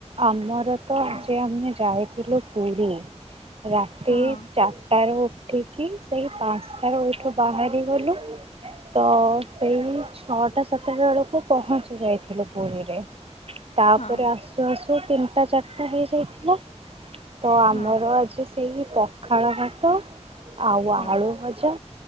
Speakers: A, on the right; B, on the left.
A: ଆମର ତ
B: ହଁ
A: ଯେ ଆମେ ଯାଇଥିଲୁ ପୁରୀ। ରାତି
B: ହଁ
A: ଚାରିଟାରୁ ଉଠିକି ସେଇ ପାଞ୍ଚଟାରୁ ଏଠୁ ବାହାରି ଗଲୁ। ତ ସେଇ ଛଅଟା ସାତଟା ବେଳକୁ ପହଞ୍ଚି ଯାଇଥିଲୁ ପୁରୀରେ। ତାପରେ
B: ହଁ
A: ଆସୁ ଆସୁ ତିନିଟା ଚାରିଟା ହେଇଯାଇଥିଲା। ତ ଆମର
B: ହଁ
A: ଆଜି ସେଇ ପଖାଳ ଭାତ ଆଉ
B: ହଁ
A: ଆଳୁ ଭଜା।